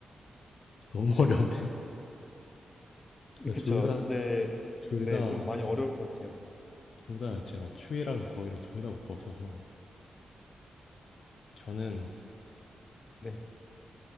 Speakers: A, on the left (about 70°); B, on the left (about 40°).
A: 너무 어려운데요? 제가
B: 그쵸.
A: 둘 다,
B: 네,
A: 둘
B: 네,
A: 다,
B: 좀 많이 어려울
A: 네,
B: 것 같아요.
A: 둘다 제가 추위랑 더위를 둘 다 못 버텨서 저는
B: 네.